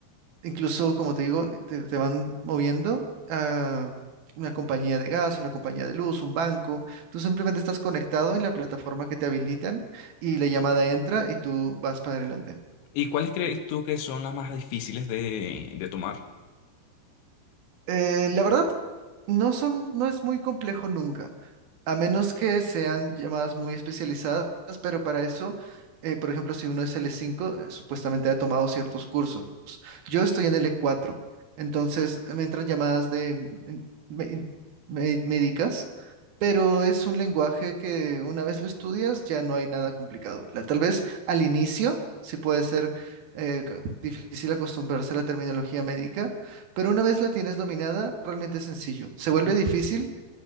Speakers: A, on the right (about 65°); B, on the left (about 85°).
A: Incluso, como te digo, te, te van moviendo a una compañía de gas, una compañía de luz, un banco. Tú simplemente estás conectado en la plataforma que te habilitan y la llamada entra y tú vas para adelante.
B: ¿Y cuáles crees tú que son las más difíciles de, de tomar?
A: Eh, la verdad, no son, no es muy complejo nunca, a menos que sean llamadas muy especializadas, pero para eso, eh, por ejemplo, si uno es l cinco, eh, supuestamente ha tomado ciertos cursos. Yo estoy en l cuatro, entonces me entran llamadas de mm, me- me- médicas, pero es un lenguaje que una vez lo estudias ya no hay nada complicado. La- tal vez al inicio sí puede ser eh, c- difícil acostumbrarse a la terminología médica pero una vez la tienes dominada, realmente es sencillo. Se vuelve
B: Y,
A: difícil